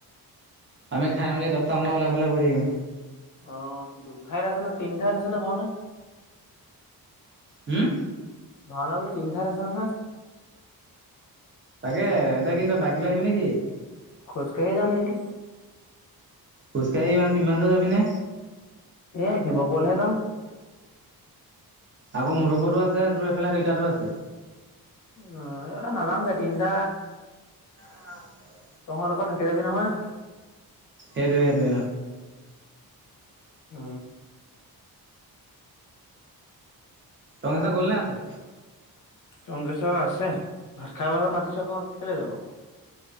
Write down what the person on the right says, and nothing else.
আমি খাইাম বুলি দহ আম ওলাব পেলা বুৰি আহম
উম
তাকে এতিয়া কি তই বাইক লৈ আহিবি নেকি?
খোজকাঢ়ি ইমান ইমান দূৰ যাবিনে?
আকৌ মোৰপৰু আ তোৰ এইফালে সেইতো আছে
অ'।
হেৰি হেৰি
টঙেশ্বৰ গ'লনে আছে?